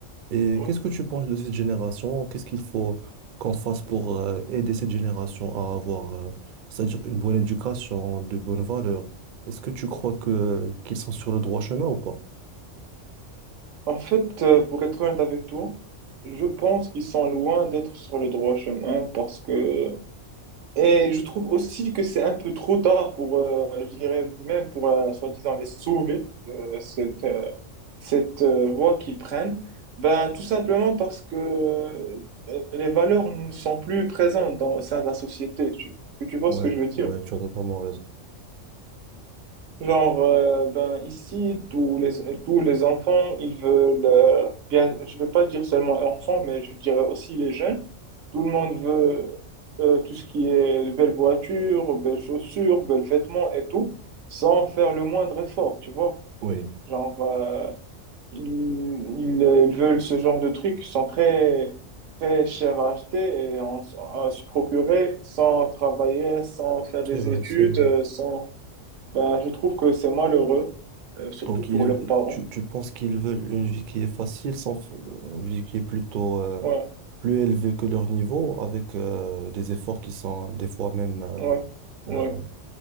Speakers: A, on the right; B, on the right.
A: Et
B: ouais.
A: qu'est-ce que tu penses de cette génération? Qu'est-ce qu'il faut qu'on fasse pour euh, aider cette génération à avoir, euh, c'est-à-dire une bonne éducation, de bonnes valeurs? Est-ce que tu crois que qu'ils sont sur le droit chemin ou pas?
B: En fait, euh, pour être honnête avec toi, je pense qu'ils sont loin d'être sur le droit chemin parce que... Et je trouve aussi que c'est un peu trop tard pour, euh, je dirais même pour, euh, soi-disant, les sauver de cette, euh, cette euh, voie qu'ils prennent. Ben, tout simplement parce que euh, les valeurs ne sont plus présentes dans, au sein de la société. Tu, que tu vois
A: Ouais,
B: ce que je veux dire?
A: ouais, tu as totalement raison.
B: Genre, euh, ben, ici, tous les, tous les enfants, ils veulent, euh, bien, je veux pas dire seulement enfants, mais je dirais aussi les jeunes. Tout le monde veut euh, tout ce qui est de belles voitures, belles chaussures, belles vêtements et tout, sans faire le moindre effort, tu vois.
A: Oui,
B: Genre, euh, ils, ils, ils veulent ce genre de trucs qui sont très, très chers à acheter et en- à se procurer sans travailler, sans faire des
A: c'est vrai,
B: études,
A: c'est vrai.
B: euh, sans ben, je trouve que c'est malheureux, euh, surtout
A: Donc,
B: pour
A: ils,
B: leurs parents.
A: tu, tu penses qu'ils veulent une vie qui est facile, sans, f- une vie qui est plutôt euh,
B: Ouais,
A: plus élevée que leur niveau, avec euh, des efforts qui sont des fois même euh,
B: ouais, ouais.
A: euh,